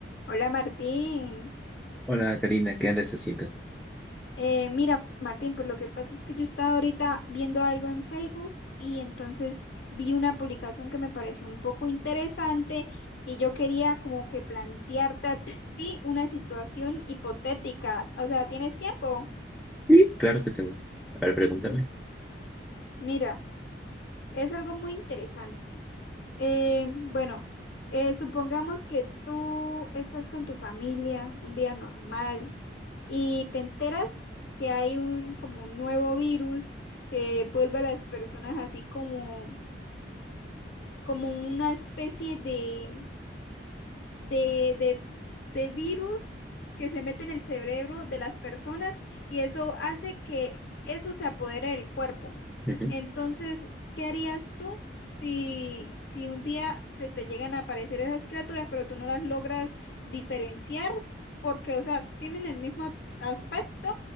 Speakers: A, on the left; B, in the centre.
A: Hola Martín.
B: Hola Karina, ¿qué andas haciendo?
A: Eh, mira Martín, pues lo que pasa es que yo estaba ahorita viendo algo en Facebook y entonces vi una publicación que me pareció un poco interesante y yo quería como que plantearte a ti una situación hipotética. O sea, ¿tienes tiempo?
B: Sí. Claro que tengo. A ver, pregúntame.
A: Mira, es algo muy interesante. Eh, bueno, eh, supongamos que tú estás con tu familia un día normal. y te enteras que hay un como un nuevo virus que vuelve a las personas así como como una especie de de, de, de virus que se mete en el cerebro de las personas y eso hace que eso se apodere del cuerpo.
B: Ujú.
A: Entonces, ¿qué harías tú si, si un día se te llegan a aparecer esas criaturas, pero tú no las logras diferenciar? Porque, o sea, tienen el mismo aspecto,